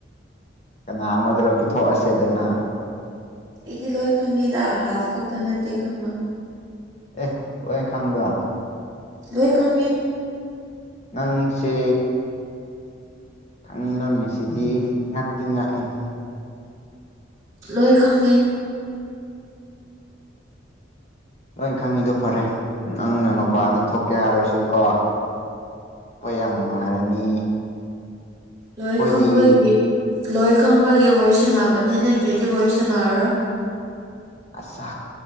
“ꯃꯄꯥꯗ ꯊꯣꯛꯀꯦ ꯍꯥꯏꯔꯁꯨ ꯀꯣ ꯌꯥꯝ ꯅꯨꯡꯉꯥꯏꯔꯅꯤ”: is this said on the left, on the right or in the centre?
Left